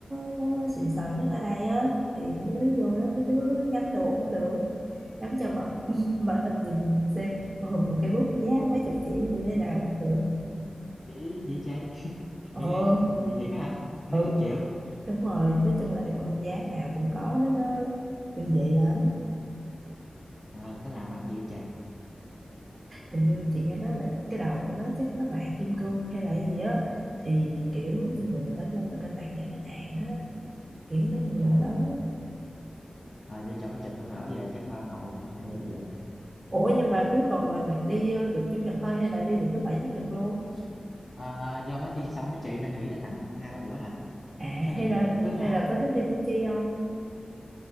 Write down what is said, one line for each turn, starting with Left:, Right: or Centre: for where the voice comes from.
Right: nó xịn sò nhất ở đây á thì mấy đứa vô đó mấy đứa ngắm đồ cũng được ngắm cho mở <laughs> mở tầm nhìn xem <laughs> ờ, một cây bút giá mấy chục triệu như thế nào cũng được
Left: chỉ gì trời? <laughs>
Right: ờ
Left: Nghe ghê, vậy thiệt á hả? Mấy
Right: ừ
Left: chục triệu?
Right: đúng rồi nói chung là em ơn giá nào cũng có hết đó kinh dị lắm
Left: rồi nó làm bằng gì vậy trời?
Right: hình như chị nghe nói là cái đầu của nó chắc nó bạc kim cương hay là cái gì á thì kiểu như người, người ta mua người ta tặng cho khách hàng á kiểu mấy người
Left: Ờ,
Right: làm lớn á
Left: vô trỏng chụp cái mẫu về chắc bao ngầu luôn á, em
Right: Ừ.
Left: nghĩ là vậy đó.
Right: ủa nhưng mà cuối tuần là ngày- đi ờ, được chủ nhật thôi hay là đi được thứ bảy chủ nhật luôn
Left: À, do mới thi xong á chị, nên nghĩ tới tặng hai ba bữa lận,
Right: à
Left: khá là
Right: hay
Left: nhiều.
Right: là
Left: Thứ Hai,
Right: hay là có thích đi Củ Chi không